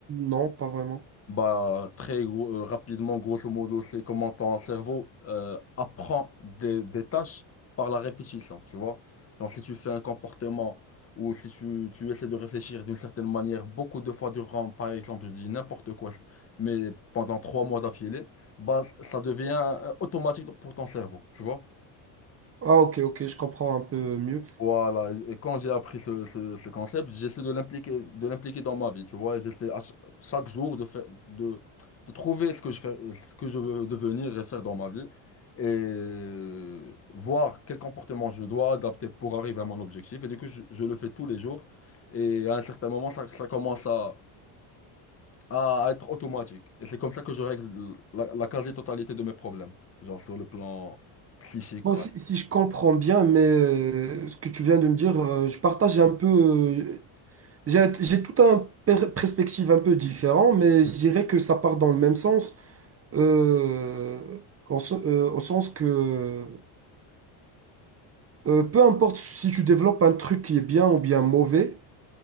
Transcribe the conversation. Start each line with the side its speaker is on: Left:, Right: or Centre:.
Right: Non, pas vraiment.
Left: Bah, très gros, euh, rapidement, grosso modo, c'est comment ton cerveau euh, apprend des, des tâches par la répétition, tu vois. Genre, si tu fais un comportement ou si tu, tu essaies de réfléchir d'une certaine manière beaucoup de fois durant, par exemple, je dis n'importe quoi, mais pendant trois mois d'affilée, bah, ça devient euh, automatique pour ton cerveau, tu vois.
Right: Ah ok, ok, je comprends un peu mieux.
Left: Voilà, et et quand j'ai appris ce, ce- ce concept, j'essaie de l'impliquer, de l'impliquer dans ma vie, tu vois, j'essaie à ch- chaque jour de faire, de, de trouver ce que je fais, ce que je veux devenir et faire dans ma vie, et voir quel comportement je dois adapter pour arriver à mon objectif, et du coup, je, je le fais tous les jours, et à un certain moment, ça, ça commence à, à être automatique, et c'est comme ça que je règle la, la quasi-totalité de mes problèmes, genre sur le plan psychique,
Right: Bon,
Left: par
Right: si,
Left: exemple.
Right: si je comprends bien, mais euh, ce que tu viens de me dire, euh, je partage un peu. euh, j'ai, j'ai tout un per- perspective un peu différent, mais je dirais que ça part dans le même sens, euh, au, se- euh, au sens que euh, peu importe si tu développes un truc qui est bien ou bien mauvais,